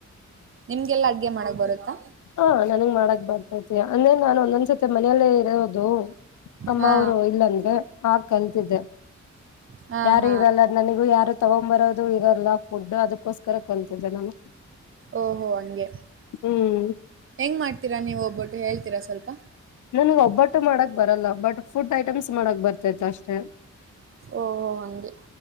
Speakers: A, on the right; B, on the left.
A: ನಿಮ್ಗೆಲ್ಲ ಅಡ್ಗೆ ಮಾಡಕ್ ಬರುತ್ತಾ
B: ಹಾ ನನ್ಗ್ ಮಾಡಕ್ ಬರ್ತೈತಿ ಅಂದ್ರೆ ನಾನನ್ ಒಂದೊಂದ್ಸತಿ ಮನೆಯಲ್ಲೇ ಇರೋದು ಅಮ್ಮ
A: ಹಾ
B: ಅವರು ಇಲ್ಲಂದ ಹಾ ಕಲ್ತಿದ್ದೆ
A: ಹ
B: ಯಾರು
A: ಹಾ
B: ಇರಲ್ಲ ನನಗೂ ಯಾರು ತಗೊೊಂಡ್ ಬರೋದು ಇರಲ್ಲ ಫುಡ್ ಅದಕ್ಕೋಸ್ಕರ ಕಲ್ತಿದೆ ನಾನು
A: ಓಹೋ ಹಂಗೆ
B: ಹ್ಮ್
A: ಹೆಂಗಗೆ ಮಾಡ್ತೀರಾ ನೀವು ಒೋಗಬ್್ಬಿಟ್ಟು ಹೇಳ್ತೀರಾ ಸ್ವಲ್ಪ
B: ನನ್ಗ್ ಒಬ್ಬಟ್ಟು ಮಾಡಕ್ ಬರಲ್ಲ ಬಟ್ ಫುಡ್ ಐಟಮ್ಸ್ ಮಾಡಕ್ ಬರ್ತತ ಅಷ್ಟೆ
A: ಓಹೋ ಹಂಗೆ